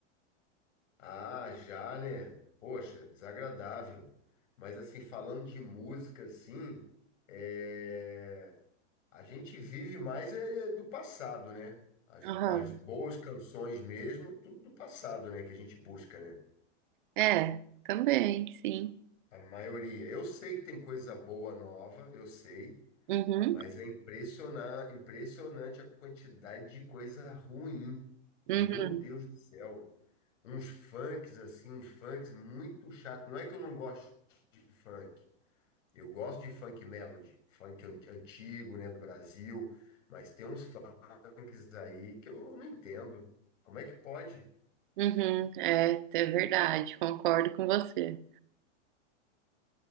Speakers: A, on the left; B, on the right.
A: Ah, já, né? Poxa, desagradável. Mas assim, falando de música, assim, é, a gente vive mais é, do passado, né? As,
B: Aham.
A: as boas canções mesmo, tudo do passado, né? Que a gente busca, né?
B: É, também, sim.
A: A maioria. Eu sei que tem coisa boa nova, eu sei.
B: Uhum,
A: Mas é impressionar, impressionante a quantidade de coisa ruim. Meu
B: uhum,
A: Deus do céu. Uns funks assim, uns funks muito chato. Não é que eu não gosto de funk. Eu gosto de funk melody, funk an- antigo, né, do Brasil, mas tem uns funks aí que eu não entendo. Como é que pode?
B: uhum. É, é verdade, concordo com você.